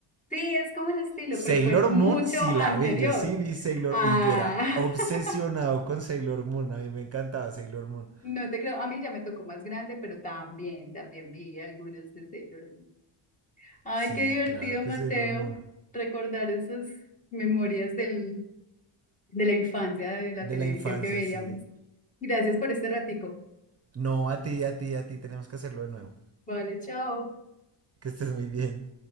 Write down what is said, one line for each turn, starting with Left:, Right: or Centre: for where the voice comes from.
Left: Sí, es como el estilo,
Right: Sailor
Left: pero fue mucho
Right: Moon sí la
Left: anterior.
Right: vi, yo sí vi Sailor
Left: a
Right: y yo era obsesionado
Left: <laughs>
Right: con Sailor Moon, a mí me encantaba Sailor Moon.
Left: No te creo, a mí ya me tocó más grande, pero también, también vi algunos de Sailor Moon. Ay,
Right: Sí,
Left: qué divertido,
Right: claro que
Left: Mateo,
Right: Sailor Moon,
Left: recordar esas memorias del, de la infancia, de la
Right: de
Left: televisión
Right: la infancia,
Left: que veíamos.
Right: sí.
Left: Gracias por este ratico.
Right: No, a ti, a ti, a ti, tenemos que hacerlo de nuevo.
Left: Vale, chao.
Right: Que estés muy bien.